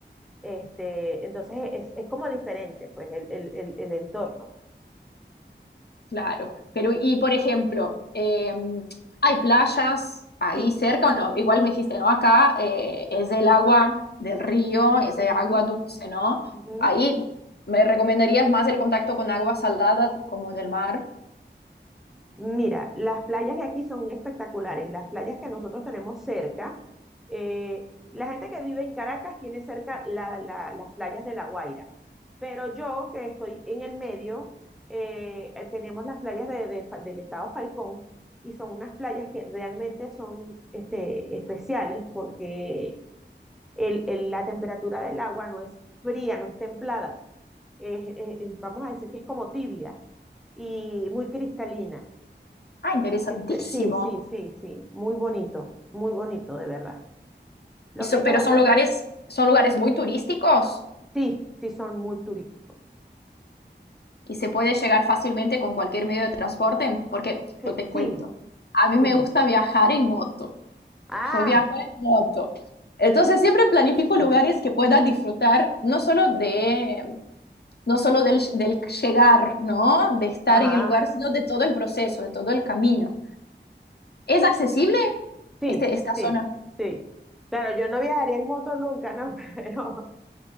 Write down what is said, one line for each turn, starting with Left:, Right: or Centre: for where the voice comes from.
Centre: este, entonces es, es como diferente, pues, el, el, el, el entorno.
Left: Claro, pero y por ejemplo, eh, ¿hay playas ahí
Centre: Sí.
Left: cerca o no? Igual me dijiste, ¿no? Acá eh, es del agua del río, es de
Centre: Ujú,
Left: agua dulce, ¿no?
Centre: ujú.
Left: Ahí me recomendarías más el contacto con agua salada como del mar.
Centre: Mira, las playas de aquí son espectaculares. Las playas que nosotros tenemos cerca, eh, la gente que vive en Caracas tiene cerca la- la- las playas de La Guaira, pero yo que estoy en el medio, eh, eh, tenemos las playas de- de Fa- del estado Falcón y son unas playas que realmente son este, especiales porque el- el- la temperatura del agua no es fría, no es templada, es- es- es- vamos a decir que es como tibia y muy cristalina,
Left: Ah, interesantísimo.
Centre: muy cristal, sí, sí, sí, sí, muy bonito, muy bonito, de verdad. Lo
Left: Y so-
Centre: que es
Left: pero
Centre: que, bueno,
Left: son lugares, son lugares muy turísticos
Centre: sí, sí son muy turísticos.
Left: y se puede llegar fácilmente con cualquier medio de transporte, porque
Centre: Sí,
Left: yo te cuento,
Centre: sí,
Left: a mí
Centre: dime.
Left: me gusta viajar en moto.
Centre: Ah,
Left: Yo viajo en moto. Entonces siempre planifico
Centre: ajá,
Left: lugares que pueda disfrutar no solo de, no solo del, del llegar, ¿no? De estar
Centre: ajá,
Left: en el lugar, sino de todo el proceso, de todo el camino. ¿Es accesible
Centre: sí,
Left: este, esta
Centre: sí,
Left: zona?
Centre: sí. Claro, yo no viajaría en moto nunca, ¿no? <laughs> Pero,